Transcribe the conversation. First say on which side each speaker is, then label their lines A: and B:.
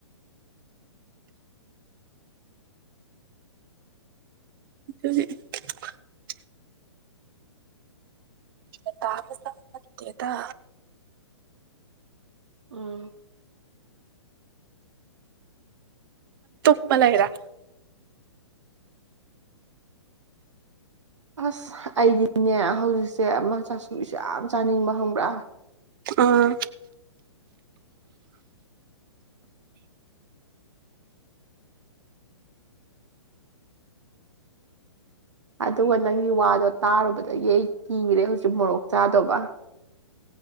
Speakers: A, on the right (about 45°); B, on the right (about 80°).
A: <unintelligible> ꯂ ꯇꯥꯕ ꯁꯄꯠꯇꯗ
B: ꯎꯝ
A: ꯇꯨꯄ ꯂ ꯏꯔ
B: ꯑꯁ ꯑꯩꯗꯤꯅꯦ ꯍꯧꯖꯤꯛꯁꯦ ꯑꯃꯆꯥꯥꯁꯨ ꯌꯥꯝ ꯆꯥꯅꯤꯡꯕ ꯍꯪꯕ꯭ꯔꯥ
A: ꯑꯥ
B: ꯑꯗꯨꯒ ꯅꯪꯒꯤ ꯋꯥꯗꯣ ꯇꯥꯔꯨꯕꯗꯒꯤ ꯑꯩ ꯀꯤꯈ꯭ꯔꯦ ꯍꯧꯖꯤꯛ ꯃꯣꯔꯣꯛ ꯆꯥꯗꯕ